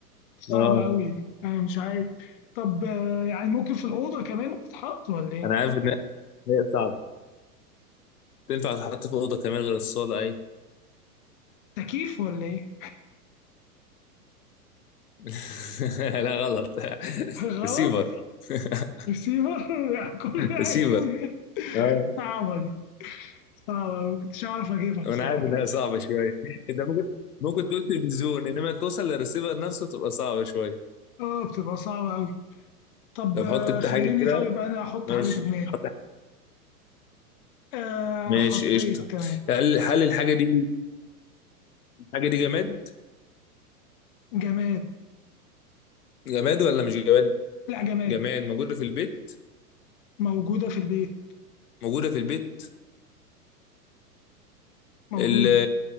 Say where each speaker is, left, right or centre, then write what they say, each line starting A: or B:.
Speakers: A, on the left; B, on the left.
A: صعبة
B: <laughs> اه
A: أوي دي أنا مش عارف طب آه يعني ممكن في الأوضة كمان تتحط ولا إيه
B: انا عارف ان هي صعبه تنفع تتحط في اوضه كمان غير الصاله ايوه
A: تكييف ولا إيه
B: <laughs> لا غلط
A: <laughs> غلط
B: ريسيفر <laughs>
A: ريسيفر <laughs> يعني كل حاجة
B: ريسيفر
A: ممكن.
B: اه
A: صعبة دي صعبة ما كنتش أعرف أجيبها بصراحة
B: وانا عارف انها صعبه شويه انت ممكن ممكن تقول تلفزيون انما توصل للريسيفر نفسه تبقى صعبه شويه
A: آه بتبقى صعبة أوي طب
B: طب
A: آه
B: حط انت
A: خليني
B: حاجه كده
A: طيب أنا أحط
B: ماشي
A: حاجة في دماغي
B: حط حاجة.
A: آه
B: ماشي
A: حطيت
B: قشطه
A: تمام
B: هل هل الحاجه دي الحاجه دي جماد
A: جماد
B: جماد ولا مش جماد
A: لا جماد
B: جماد موجوده في البيت
A: موجودة في البيت
B: موجوده في البيت
A: موجودة
B: ال...